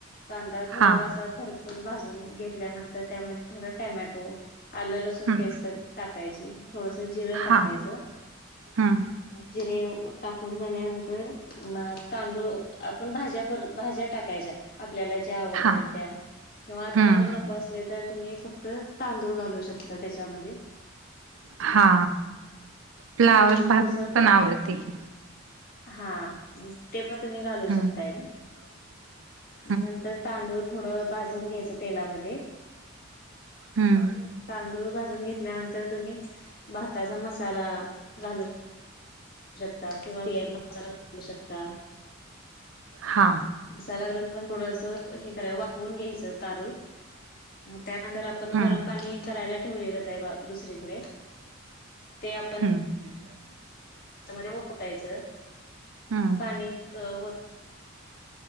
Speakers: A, on the left; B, on the right.
A: कांदा थोडा
B: हा
A: असा खरपूस भाजून घेतल्यानंतर त्यामध्ये थोडा टॅमॅटो आलं लसून
B: हम्म
A: पेस्ट टाकायची, थोडस जिरं
B: हा
A: टाकायचं.
B: हम्म
A: जिरे टाकून झाल्यानंतर म तांदूळ, आपण भाज्या भाज्या टाकायच्या, आपल्याला ज्या आवडत्यात
B: हा
A: त्या. किंवा
B: हम्म
A: तुम्हाला नको असले तर तुम्ही फक्त तांदूळ घालू शकता त्याच्यामध्ये
B: हा, फ्लावर
A: तांदूळ
B: भात
A: थोडस
B: पण
A: परत
B: आवडतोय की.
A: हा, ते पण तुम्ही घालू
B: हम्म
A: शकताय
B: <inaudible>
A: मग नंतर तांदूळ थोडं भाजून घ्यायचं तेलामध्ये
B: हम्म
A: तांदूळ भाजून घेतल्यानंतर तुम्ही भाताचा मसाला घालू शकता किंवा बिर्याणी मसाला घालू शकता
B: हा.
A: मसाला घालून पण थोडस हे करावं वाफवून घ्यायचं तांदूळ त्यानंतर आपण
B: हम्म
A: गरम पाणी करायला ठेवलेलंच बा दुसरीकडे ते आपण
B: हम् <inaudible>
A: त्यामध्ये वतायचं
B: हम्म
A: पाणी वत